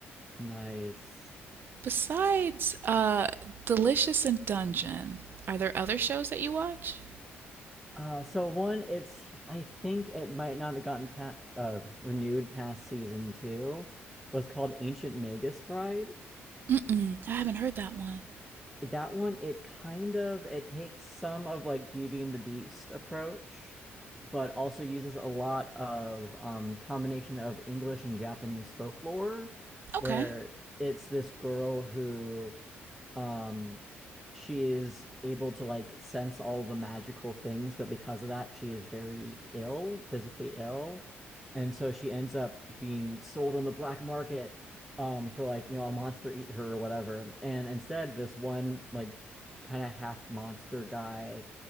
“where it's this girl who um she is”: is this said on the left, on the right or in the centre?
Centre